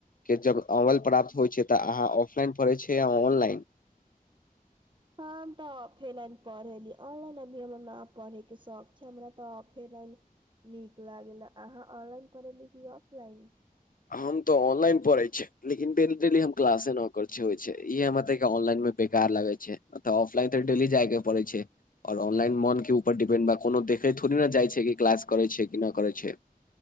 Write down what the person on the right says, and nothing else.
हम तऽ औफेलाइन पढ़ेली ऑनलाइन अभी हमर न पढ़ेके शौख छै हमरा तऽ फेरन नीक लागल अहाँ ऑनलाइन पढ़ेली कि ऑफलाइन